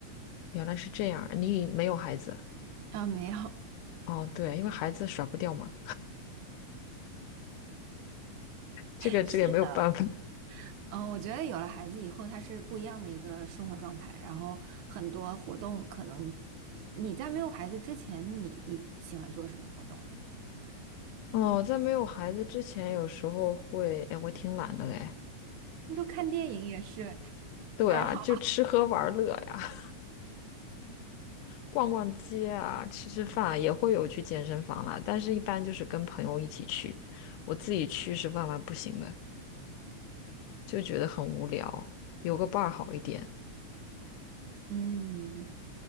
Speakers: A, on the left; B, on the right.
A: 原来是这样，你没有孩子
B: 啊，没有，
A: 哦？对，因为孩子甩不掉嘛，这个这个也没有办法。
B: <laughs> 是的，
A: <laughs>
B: 嗯，我觉得有了孩子以后，他是不一样的一个生活状态，然后很多活动可能你在没有孩子之前，你你喜欢做什么活动啊？
A: 哦，在没有孩子之前，有时候会，哎，我挺懒的嘞。
B: 你就看电影也是。
A: 对啊，
B: 爱好。
A: 就吃喝玩乐呀。逛逛街啊，吃吃饭啊也会有去健身房啦，但是一般就是跟朋友一起去，我自己去是万万不行的，就觉得很无聊，有个伴儿好一点。
B: 嗯，